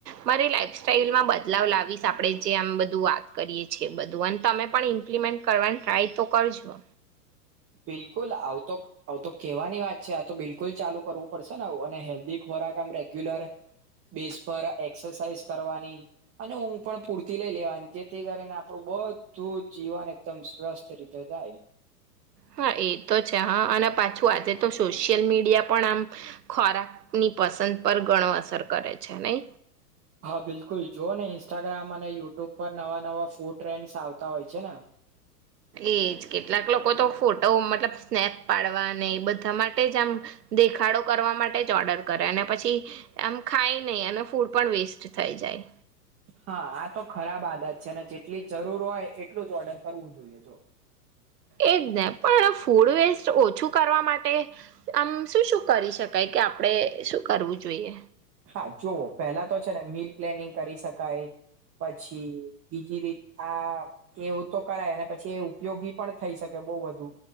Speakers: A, on the right; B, on the right.
A: મારી લાઈફ સ્ટાઈલમાં બદલાવ લાવીશ આપડે જે આમ બધું વાત કરીએ છીએ બધું અને તમે પણ ઇમ્પ્લિમેન્ટ કરવાનું ટ્રાય તો કરજો
B: બિલકુલ આવ તો આવ તો કેવાની વાત છે આ તો બિલકુલ ચાલુ કરવું પડશે ને આવ અને હેલ્ધી ખોરાક આમ રેગ્યુલર બેસ પર એક્સરસાાઈઝ કરવાની અને ઊંઘ પણ પૂરતી લઇ લેવાની જેથી કરીને આપણું બધું જીવન એકદમ સ્વસ્થ રીતે જાય
A: હા એ તો છે હા અને પાછું આજે તો સોશિયલ મીડિયા પણ આમ ખોરાક ની પસંદ પર ઘણો અસર કરે છે નઈ
B: હા બિલકુલ જોઓ ને ઇન્સ્ટાગ્રામ અને યુટ્યુબ પર નવા નવા ફૂડ ટ્રેન્ડસ આવતા હોય છે ને
A: એજ કેટલાક લોકો તો ફોટો મતલબ સ્નેક પાડવા ને બધા માટે જ આમ દેખાડો કરવા માટે જ ઓર્ડર કરે અને પછી આમ ખાય નહી અને ફૂડ પણ વેસ્ટ થઈ જાય
B: હા આ તો ખરાબ આદત છે જેટલી જરૂર હોય એટલું જ ઓર્ડર કરવું જોઈએ જો
A: એજ ને પણ એ ફૂડ વે વેસ્ટ ઓછું કરવા માટે આમ શું શું કરી શકાય કે આપણે શું કરવું જોઈએ.
B: હા જોવો પહેલા તો છે ને મીલ પ્લેનિંગ કરી શકાય પછી બીજી રીત આ એવું તો કરાય અને પછી એ ઉપયોગી પણ થઈ શકે બોવ બધું